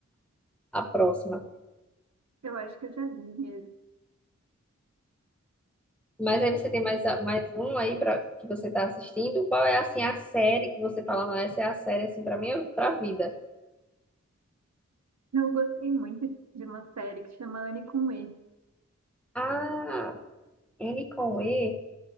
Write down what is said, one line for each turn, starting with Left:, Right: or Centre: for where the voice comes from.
Centre: a próxima.
Right: Eu acho que eu já vi mesmo.
Centre: Mas aí você tem mais, a- mais um aí pra, que você tá assistindo? Qual é, assim, a série que você fala, não, essa é a série, assim, pra mim, pra vida?
Right: Eu gostei muito de uma série que chama Anne com E.
Centre: Ah, N com E.